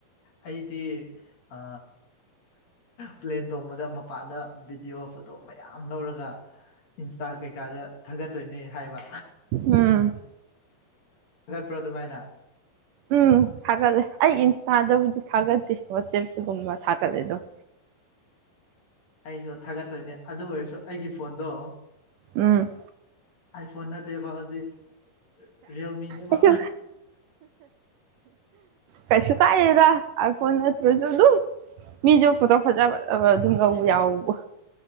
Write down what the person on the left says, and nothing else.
ꯑꯩꯗꯤ ꯑ ꯄ꯭ꯂꯦꯟ ꯇꯣꯡꯕꯗ ꯃꯄꯥꯟꯗ ꯚꯤꯗꯤꯑꯣ ꯐꯣꯇꯣ ꯃꯌꯥꯝ ꯂꯧꯔꯒ ꯏꯟꯁꯇꯥ ꯀꯩꯀꯥꯗ ꯊꯥꯒꯠꯇꯣꯏꯅꯦ ꯍꯥꯏꯕ
ꯄ꯭ꯔ ꯗꯨꯃꯥꯢꯅ
ꯑꯩꯁꯨ ꯊꯥꯒꯠꯇꯣꯏꯅꯦ ꯑꯗꯨ ꯑꯣꯏꯔꯁꯨ ꯑꯩꯒꯤ ꯐꯣꯟꯗꯣ
ꯑꯥꯏꯐꯣꯟ ꯅꯠꯇꯦꯕ ꯍꯧꯖꯤꯛ ꯔꯤꯌꯦꯜꯃꯤꯅꯦꯕ